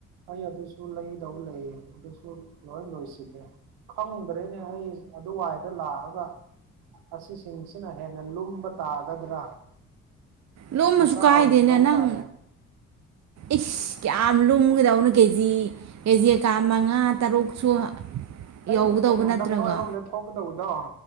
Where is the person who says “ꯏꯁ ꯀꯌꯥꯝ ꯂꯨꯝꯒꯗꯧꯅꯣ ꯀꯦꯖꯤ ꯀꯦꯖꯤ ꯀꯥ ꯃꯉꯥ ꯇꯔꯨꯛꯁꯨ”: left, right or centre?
Right